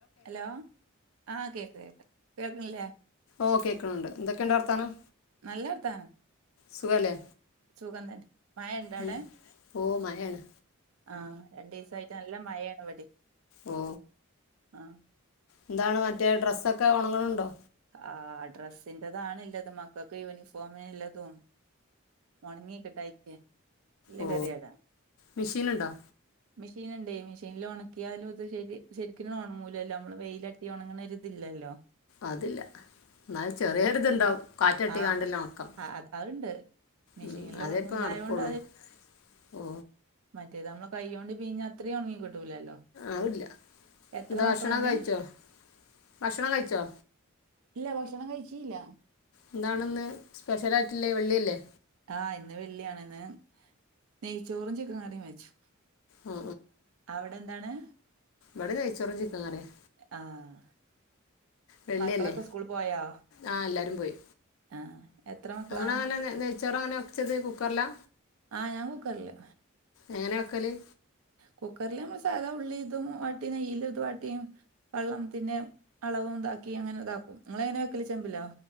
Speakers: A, on the right; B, on the left.
A: Hello ആഹ കേക്ക് കേക്ക് കേൾക്ക്ല്ലേ
B: ഓ കേൾക്ക്ണണ്ട് എന്തൊക്കെയുണ്ട് വർത്താനം
A: നല്ല വർത്താനം
B: സുഖല്ലേ
A: സുഖം തന്നെ മയണ്ടോ
B: ഉം
A: അടെ
B: ഓ മയെണ്
A: ആഹ രണ്ടീസായിട്ട് നല്ല മഴയാണ് ഇവടിം
B: ഓ
A: ആഹ
B: എന്താണ് മറ്റേ ഡ്രസ്സൊക്കെ ഒണങ്ങ്ണ് ണ്ടോ
A: ആ ഡ്രസ്സിന്റേതാണ് ഇല്ലത് മക്കൾക്ക് യൂണിഫോമിനില്ലതും ഒണങ്ങി കിട്ടായിട്ടെ നല്ല
B: ഓ
A: കേതിയടാ
B: മെഷീനുണ്ടോ
A: മെഷീൻ ഇണ്ടേ മെഷീനിൽ ഒണക്കിയാലും ഇത് ശരി ശരിക്കും ഒണങ്ങൂലല്ലോ നമ്മള് വെയിലട്ടി ഒണങ്ങ്ണ ഒരു ഇതില്ലല്ലോ
B: അതില്ല ഇന്നാലും ചെറിയോരിതുണ്ടാവും കാറ്റട്ടികാണ്ട്ല്ലെ
A: ആഹ്
B: ഒണക്കം
A: അത് അതുണ്ട് മെഷീനിൽ
B: ഉം അതേപ്പം
A: ഉണ്ടായോണ്ട്
B: നടക്കുള്ളൂ ഓ
A: മറ്റേ നമ്മള് കൈകോണ്ട് പീഞ്ഞ അത്രീം ഒണങ്ങി കിട്ടൂലല്ലോ
B: അത്ല്ലാ
A: എത്ര
B: എന്താ
A: മക്കളാണ്?
B: ഭക്ഷണം കഴിച്ചോ ഭക്ഷണം കഴിച്ചോ?
A: ഇല്ല ഭക്ഷണം കഴിച്ചീല്ല
B: എന്താണെന്ന് സ്പെഷ്യലആയിട്ടില്ലേ വെള്ളിയല്ലേ?
A: ആഹ് ഇന്ന് വെള്ളിയാണ് ഇന്ന് നെയ്ച്ചോറും ചിക്കൻ കറിയും വെച്ചു
B: ആ
A: അവടെ ന്താണ്?
B: വിടെ നെയ് ചോറും ചിക്കൻ കറിമ്
A: ആഹ്
B: വെള്ളിയല്ലേ
A: മക്കളൊക്കെ സ്കൂൾ പോയോ
B: ആഹ് എല്ലാരും പോയി
A: ആഹ് എത്ര മക്കളാ
B: ഇങ്ങളെങ്ങനെ നെയ്ച്ചോറെങ്ങനെ വെച്ചത് കുക്കറിലാ?
A: ആഹ് ഞാൻ കുക്കറില്
B: എങ്ങനെ വെക്കല്?
A: കുക്കറിലമ്മ സാദ ഉള്ളി ഇതും വാട്ടി നെയയില ഇതും വാട്ടി വെള്ളംത്തിന്റെെ അളവും താക്കി അങ്ങനെ താക്കും ഇങ്ങളെങ്ങനെ വെക്കൽ ചെമ്പിലോ?